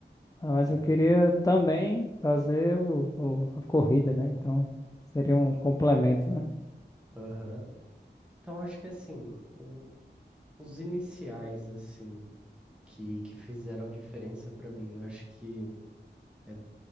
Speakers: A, on the left (about 20°); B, in the centre.
A: Ah, Mas
B: Legal.
A: eu queria também fazer o, o- a corrida, né? Então, seria um complemento, né?
B: Aham. Então, acho que assim, o- os iniciais, assim, que, que fizeram diferença pra mim, eu acho que é